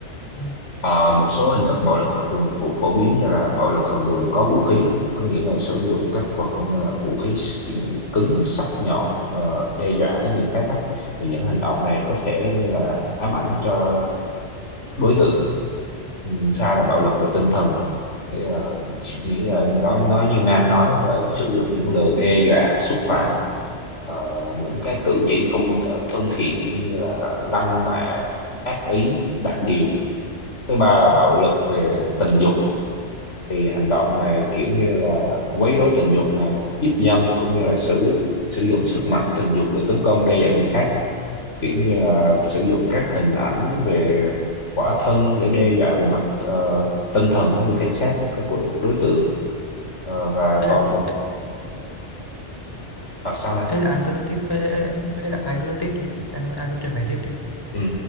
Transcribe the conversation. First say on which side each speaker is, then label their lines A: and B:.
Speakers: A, on the left; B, on the left.
A: ừ.
B: ờ, một số hình thức bạo lực học đường phổ phổ biến như là bạo lực học đường có vũ khí có nghĩa là sử dụng các vật như là vũ khí s- cứng sắc nhọn ờ, đe dọa tới người khác á. thì những hành động này có thể như là ám ảnh cho đối tượng ừ, hai là bạo lực về tinh thần nghĩa là nghĩa là nói nói như Nam nói là sử dụng những lời đe dọa xúc phạm ờ, những cái cử chỉ không ờ, thân thiện như là lăng mạ ác ý đặt điều thứ ba là bạo lực về tình dục thì hành động này kiểu như là quấy rối tình dục này hiếp dâm cũng như là sử sử dụng sức mạnh tình dục để tấn công đe dọa người khác kiểu như là sử dụng các hình ảnh về khỏa thân để đe dọa về mặt ờ, tinh thần cũng như thể xác của của đối đối tượng Ờ, và
A: Ý
B: còn
A: là
B: một
A: ý,
B: ở sao Nam
A: ý là An cứ nói tiếp, ý, ý, ý, ý là An cứ nói tiếp đi, An An cứ trình bày tiếp đi.
B: ừ.